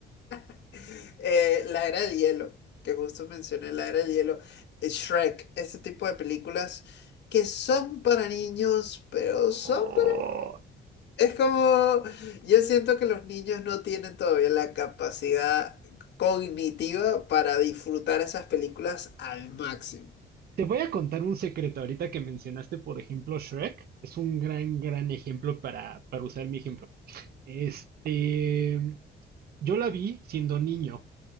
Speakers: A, on the left; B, on the right.
A: <laughs> eh, la era del hielo, que justo mencioné, la era del hielo, eh, Shrek, ese tipo de películas que son para niños, pero
B: Oh.
A: son para... Es como, yo siento que los niños no tienen todavía la capacidad cognitiva para disfrutar esas películas al máximo.
B: Te voy a contar un secreto ahorita que mencionaste, por ejemplo, Shrek. Es un gran, gran ejemplo para, para usar mi ejemplo. Este, yo la vi siendo niño.